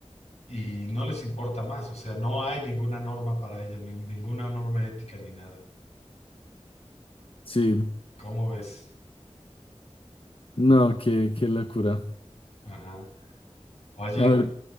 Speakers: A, on the left; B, on the left.
A: y no les importa más. O sea, no hay ninguna norma para ello, ni ninguna norma ética ni nada.
B: Sí.
A: ¿Cómo ves?
B: No, qué, qué locura.
A: Ajá. Oye,
B: A ver,